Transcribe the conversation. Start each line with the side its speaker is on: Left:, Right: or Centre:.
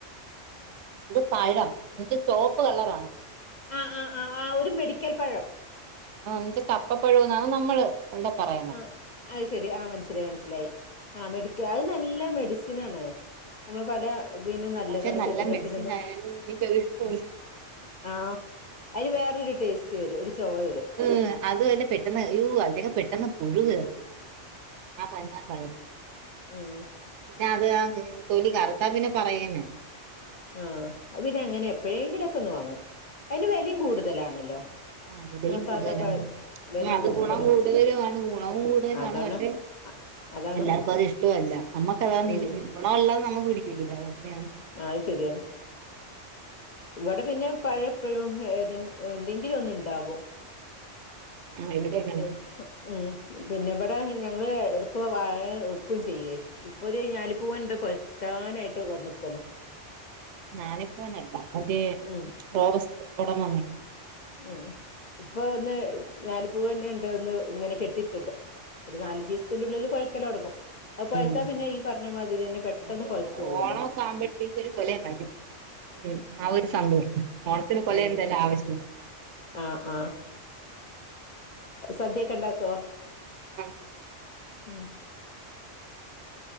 Right: ഇത് പഴം എന്നുവെച്ചാ ചോപ്പ് കളറാണ്.
Left: ആഹ് ആഹ് ആഹ് ആ ഒരു മെഡിക്കൽ പഴം
Right: ആഹ് ഉംജ് കപ്പപ്പഴോന്നാണ് നമ്മള് ഇവിടെ പറയുന്നെ
Left: ആഹ് അത് ശെരി ആ മനസ്സിലായി മനസ്സിലായി ആ മെഡിക്കൽ അത് നല്ല മെഡിസിൻ ആണ് നമ്മള് പല ഇതിനും നല്ലതാണ്
Right: പക്ഷെ നല്ല
Left: ശരീരത്തിന്ന്ന്
Right: മെഡിസിൻ ആയാലും എനിക്കത് ഇഷ്ടമല്ല
Left: ഉം ആഹ് അതിന് വേറൊരു ടേസ്റ്റ് വരും ഒരു ചൊവ വരും
Right: ത് അതുഅല്ല പെട്ടെന്ന് അയ്യോ അതിലൊക്കെ പെട്ടെന്ന് പുഴു കേറും ആഹ് പഞ്ഞാ പഴം
Left: ഉം
Right: പിന്ന അത് ആത് തൊലി കറുത്താ പിന്നെ പറയും വേണ്ട
Left: ആഹ് അത്‌ പിന്നെ അങ്ങനെഎപ്പോഴെങ്കിലുയൊക്കെ ഒന്ന് വാങ്ങും അതിന് വിലയും കൂടുതലാണല്ലോ
Right: ആഹ് വിലയും
Left: നമ്മളെ സാധാ
Right: കൂടുതലാണ്.
Left: പഴ വെലയും
Right: ഇനി അത്
Left: കൂടുതലാ
Right: ഗുണം കൂടുതലും ആണ് ഗുണവും കൂടുതലാണ്
Left: അതാണ്
Right: പക്ഷെ
Left: അ- അതാണ്
Right: എല്ലാർക്കും അത് ഇഷ്ടല്ല നമ്മുക്ക അതാ
Left: ഉം
Right: ഗുണം അല്ലാതെ നമുക്ക് പിടിക്കില്ലല്ലോ അങ്ങനെയാണ്
Left: ആഹ് അത് ശരിയാണ് ഇവിടെ പിന്നെ പഴം എപ്പോഴും ഏതെങ്ക് എന്തെങ്കിലും ഒന്ന് ഇണ്ടാകും
Right: ആഹ് ഇവിടെയും അങ്ങനെ
Left: പി ഉം പിന്നെ ഇവിടെ ഞങ്ങൾ ഇടക്ക് വാഴ വെക്കയും ചെയ്യേ ഇപ്പൊ ഒരു ഞാലിപൂവൻണ്ട് പഴുക്കാൻആയിട്ട് വന്നന്ന്ക്ക്ന്ന്.
Right: ഞാളിപ്പൂവൻ അല്ല ഒര്
Left: ഉം
Right: റോബസ് ഉടം വന്നെ
Left: ഉം ഇപ്പൊ ഒന്ന് ഞാലിപൂവൻ ഒന്ന് ഇങ്ങനെ കെട്ടിയിട്ട് ഒരു നാലഞ്ചസ്ത്തിനുള്ളില് പഴുക്കല് തുടങ്ങും അപ്പൊ പഴുത്താ
Right: ഉം
Left: പിന്നെ ഈ പറഞ്ഞമാതിരി തന്നെ പെട്ടെന്ന്
Right: എനിക്ക് തോന്നുന്നു
Left: പഴുത്തു പോവല്ലോ
Right: ഓണമൊക്കെ ആവുമ്പോഴത്തേക്ക് ഒരു കൊല ഉണ്ടാക്കും ഉം ആ ഒരു സംന്തോഷം ഓണത്തിന് കൊല
Left: ഉം
Right: എന്തല്ല ആവശ്യം
Left: ആഹ് ആഹ് സദ്യയൊക്കെ ഇണ്ടാക്കോ?
Right: ആ
Left: ഉം